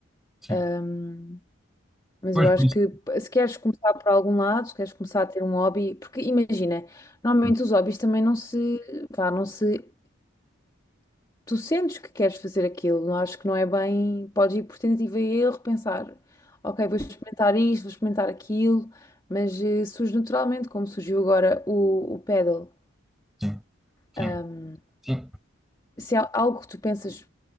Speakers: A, in the centre; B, on the left (about 20°).
A: sim.
B: ahm, mas
A: Pois,
B: eu acho
A: por isso.
B: que se queres começar por algum lado, se queres começar a ter um hobby, porque imagina, normalmente
A: Sim,
B: os hobbies também não se, vá, não se tu sentes que queres fazer aquilo, não acho que não é bem, podes ir por tentativa e erro, pensar, ok, vou experimentar isto, vou experimentar aquilo, mas eh, surge naturalmente, como surgiu agora o, o pedal.
A: sim, sim.
B: Ahm,
A: sim.
B: se há algo que tu pensas